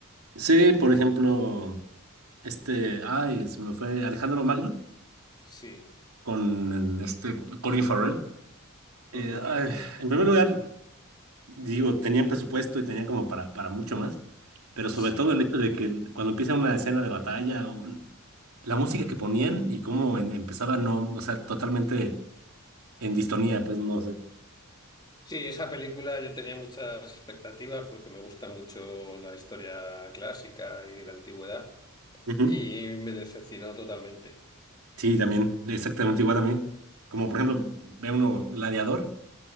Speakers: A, on the right (about 80°); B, on the left (about 20°).
A: Sí, por ejemplo, este, ay, se me fue Alejandro Magno
B: Sí,
A: con este Colin Farrell. Eh,
B: ujú,
A: ay, en primer lugar, digo, tenían presupuesto y tenían como para, para mucho más, pero sobre
B: Sí.
A: todo el hecho de que el- cuando empieza una escena de batalla, o l- la música que ponían y cómo en- empezaba, no, o sea, totalmente en distonía, pues no sé.
B: Sí, esa película yo tenía muchas expectativas porque me gusta mucho la historia clásica y la antigüedad,
A: Ujú.
B: y me decepcionó totalmente.
A: Sí, también, exactamente igual a mí. Como por ejemplo, ve uno Gladiador,